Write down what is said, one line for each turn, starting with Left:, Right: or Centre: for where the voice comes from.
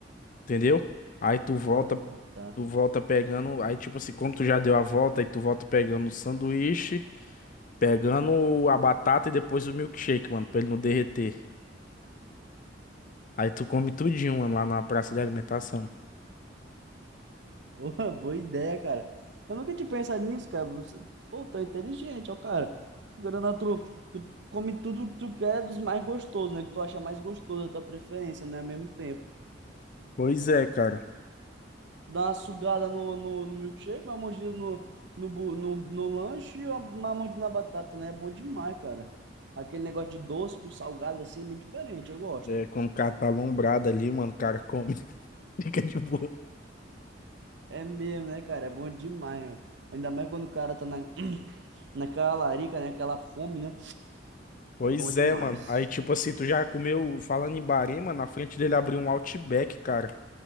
Left: Entendeu? Aí tu volta,
Right: Ah, tá.
Left: tu volta pegando. Aí, tipo assim, como tu já deu a volta, aí tu volta pegando o sanduíche, pegando a batata e depois o milkshake, mano, pra ele não derreter. Aí tu come tudinho, mano, lá na praça de alimentação.
Right: Pô, <laughs> boa ideia, cara. Eu nunca tinha pensado nisso, cara. Você- Pô, tá inteligente, ó, cara. Figurando na tu, tu come tudo que tu quer dos mais gostosos, né? Que tu acha mais gostoso, da tua preferência, né? Ao mesmo tempo.
Left: Pois é, cara.
Right: Dá uma sugada no, no, no milkshake, uma mordida no, no, bu- no, no lanche e uma, uma mordida na batata, né? É bom demais, cara. Aquele negócio de doce com salgado assim é bem diferente, eu gosto.
Left: É, quando o cara tá alombrado ali, mano, o cara come, <laughs> fica de boa.
Right: É mesmo, né, cara? É bom demais, mano. Ainda mais quando o cara tá na, <clears throat> naquela larica, né? Aquela fome, né?
Left: Pois
Right: É bom demais.
Left: é, mano. Aí, tipo assim, tu já comeu, falando em Bahrein, mano, na frente dele abriu um Outback, cara.